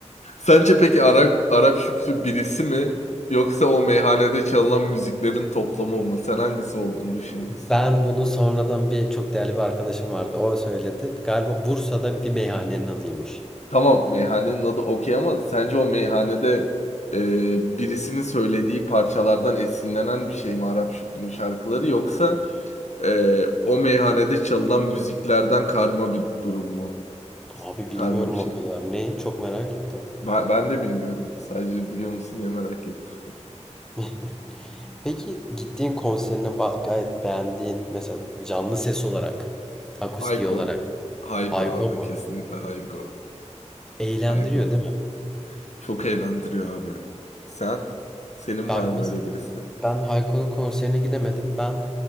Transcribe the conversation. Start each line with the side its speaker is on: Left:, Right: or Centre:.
Left: Sence peki Arap Arap Şükrü birisi mi yoksa o meyhanede çalınan müziklerin toplamı mı? Sen hangisi olduğunu düşünüyorsun?
Centre: Ben bunu sonradan bir çok değerli bir arkadaşım vardı. O söyledi. Galiba Bursa'da bir meyhanenin adıymış.
Left: Tamam meyhanenin adı okey ama sence o meyhanede e, birisinin söylediği parçalardan esinlenen bir şey mi Arap Şükrü'nün şarkıları yoksa e, o meyhanede çalınan müziklerden karma bir durum mu?
Centre: Abi bilmiyorum
Left: Karma bir şey
Centre: o kadar.
Left: mi?
Centre: Ne? Çok merak ettim.
Left: Ben, ben de bilmiyorum. Sadece biliyor musun diye merak ettim.
Centre: <laughs> Peki gittiğin konserini ba- gayet beğendiğin mesela canlı ses olarak, akustiği
Left: Hayko.
Centre: olarak
Left: Hayko
Centre: Hayko
Left: abi
Centre: mu?
Left: kesinlikle Hayko.
Centre: Eğlendiriyor
Left: Hayko.
Centre: değil mi?
Left: Çok eğlendiriyor abi. Sen? Senin
Centre: Bak
Left: var mı
Centre: mes-
Left: öyle birisi?
Centre: Ben Hayko'nun konserine gidemedim. Ben